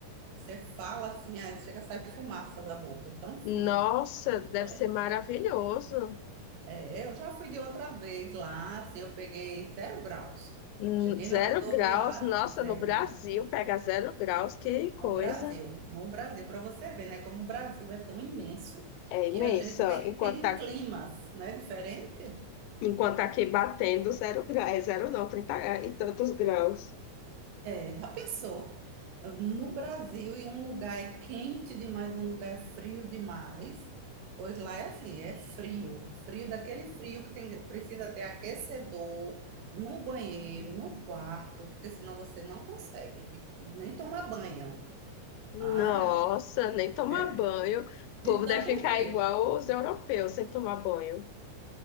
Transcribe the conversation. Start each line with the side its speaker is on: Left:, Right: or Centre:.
Right: Você fala assim, aí chega a sair fumaça da boca, é tão
Left: Nossa,
Right: frio.
Left: deve ser
Right: É,
Left: maravilhoso.
Right: é, eu já fui de outra vez lá, assim, eu peguei zero graus.
Left: Hum,
Right: Cheguei
Left: Zero
Right: na rodoviária,
Left: graus, nossa,
Right: zero.
Left: no Brasil pega zero graus, que coisa.
Right: No Brasil, no Brasil, para você ver, né, como o Brasil é tão imenso
Left: É
Right: que
Left: imenso,
Right: a gente
Left: ó.
Right: tem,
Left: enquanto
Right: tem
Left: tá,
Right: climas, né, diferente.
Left: enquanto tá aqui batendo zero graus, é zero não, 30 gra- e tantos graus.
Right: É, já pensou? No Brasil, e um lugar é quente demais, um lugar é frio demais. Pois lá é assim, é frio. Frio daquele frio que tem, precisa ter aquecedor no banheiro, no quarto, porque senão você não consegue de- nem tomar banho.
Left: Nossa,
Right: Ah,
Left: nem tomar
Right: é
Left: banho. O
Right: de
Left: povo
Right: tanto
Left: deve ficar
Right: frio.
Left: igual os europeus sem tomar banho.